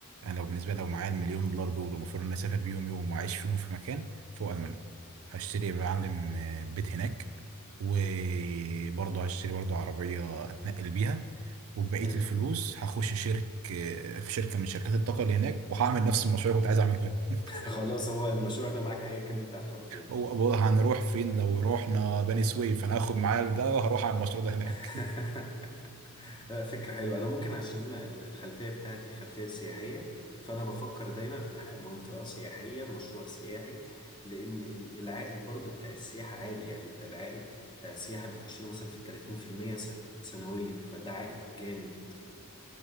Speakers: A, on the right; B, on the left.
A: انا لو بالنسبه لي، لو معايا المليون دولار دول ومفروض ان انا اسافر بيهم يوم واعيش فيهم في مكان فوق المانيا هشتري يا معلم آه، بيت هناك وبرضه
B: مم.
A: هشتري برضه عربيه اتنقل بيها وبقيه
B: حلو
A: الفلوس هخش شرك آه، في شركه من شركات الطاقه اللي هناك وهعمل نفس المشروع اللي كنت عايز اعمله هنا
B: خلاص هو المشروع ده معاك ايا كان انت هتروح فين
A: هو هو هنروح فين لو رحنا بني سويف انا هاخد معايا ده وهروح على المشروع ده هناك
B: <laughs>
A: <laughs>
B: لا، فكرة حلوة أنا ممكن عشان أنا ال- الخلفية بتاعتي خلفية سياحية فأنا بفكر دايما في الح- منطقة سياحية مشروع سياحي لأن ال- العائد برضو بتاع السياحة عالي يعني أنت العائد بتاع السياحة بيخش له مثلا في التلاتين في المية سنويا فده عائد جامد